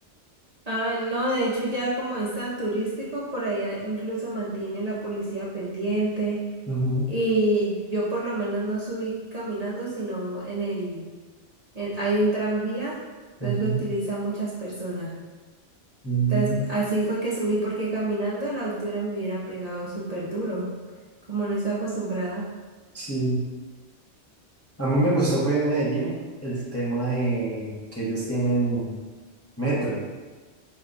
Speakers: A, on the right; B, on the left.
A: Ah, no, de hecho ya como es tan turístico, por allá incluso mantiene la policía pendiente
B: Ujú,
A: y yo por lo menos no subí caminando, sino en el, en- hay un tranvía, entonces
B: ujú,
A: lo utilizan muchas personas.
B: mm,
A: Entonces, así fue que subí porque caminando la altura me hubiera pegado súper duro, como no estoy acostumbrada.
B: Sí, a mí me gustó fue en Medellín el tema de que ellos tienen metro.